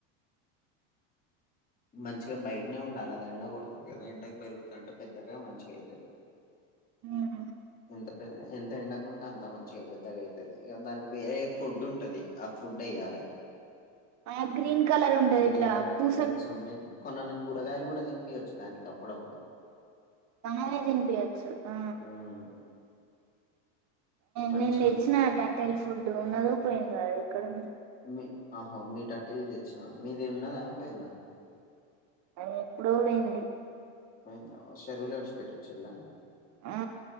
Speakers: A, on the left; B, on the right.
A: మంచిగా బయటనే ఉండాలి అద ఎండలో కొ కదా ఎండాకి పెరుగుతు అంటే పెద్దగా మంచిగా అవుతుంది
B: హ్మ్
A: ఎ ఎంత ఎండకుంంటే అంత మంచిగా పెద్దగా అయితుది ఇక దానికి వేరే ఫుడ్ ఉంటది ఫుడ్ అయ్యాలే
B: ఆ గ్రీన్ కలర్ ఉండది
A: గ్రీన్
B: ఇట్లా
A: కలర్
B: పూస
A: పెల్లెట్స్ ఉంటాయి కొన్నాన్ని కూరగాయలు కూడా దినిపియవచ్చు దానికి అప్పుడప్పుడు
B: కమాగా తిని పోయచ్చు ఆ
A: ఉమ్, మంచిగా
B: నేను తెచ్చినా
A: ఉంటాయి
B: టటల్ ఫుడ్ ఉన్నదు పోయింది కడంది
A: మీ ఆ మీ టట్ట తెచ్చినా మీదే ఉన్నదా పోయిందా
B: అ ఎప్పుడో పోంది
A: పొయింధా షరవులో విడిసిపెట్టొచ్చులా
B: ఆ